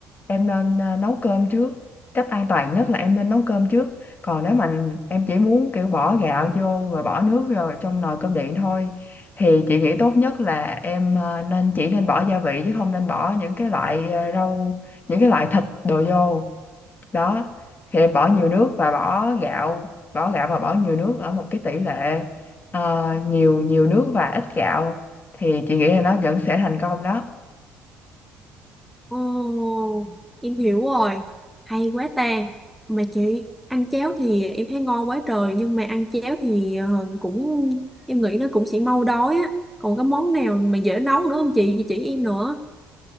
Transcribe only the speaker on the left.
em nên ờ, nấu cơm trước cách an toàn nhất là em nên nấu cơm trước còn nếu mà em chỉ muốn kiểu bỏ gạo vô rồi bỏ nước rồi trong nồi cơm điện thôi thì chị nghĩ tốt nhất là em ờ, nên chỉ nên bỏ gia vị chứ không nên bỏ những cái loại ờ, rau những cái loại thịt đồ vô đó thì em bỏ nhiều nước và bỏ gạo bỏ gạo và bỏ nhiều nước ở một cái tỷ lệ ờ, nhiều nhiều nước và ít gạo thì chị nghĩ là nó vẫn sẽ thành công đó